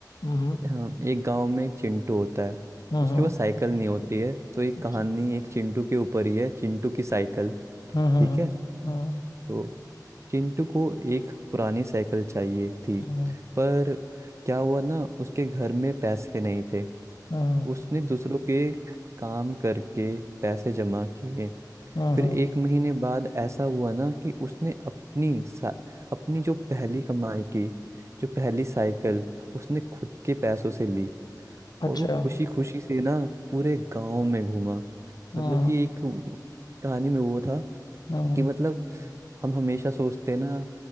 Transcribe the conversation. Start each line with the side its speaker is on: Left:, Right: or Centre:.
Left: हम्म
Right: हाँ एक गांव में एक चिंटू होता है
Left: हम्म
Right: उसके पास साइकिल नहीं होती है तो एक
Left: अच्छा
Right: कहानी एक चिंटू के ऊपर ही है चिंटू की साइकिल
Left: हम्म हम्म
Right: ठीक है
Left: हम्म
Right: तो चिंटू को एक पुरानी साइकिल चाहिए थी
Left: हम्म
Right: पर क्या हुआ ना उसके घर में पैसे नहीं थे
Left: हम्म
Right: उसने दूसरों के काम करके पैसे जमा किए
Left: हम्म,
Right: फिर
Left: हम्म,
Right: एक महीने बाद ऐसा हुआ ना कि उसने अपनी सा, अपनी जो पहली कमाई की जो पहली साइकिल उसने खुद के पैसों से ली और
Left: अच्छा
Right: वो खुशी खुशी से ना पूरे गांव में घूमा
Left: हम्म
Right: मतलब कि एक वो- कहानी में वो था
Left: हम्म
Right: कि मतलब हम हमेशा सोचते हैं ना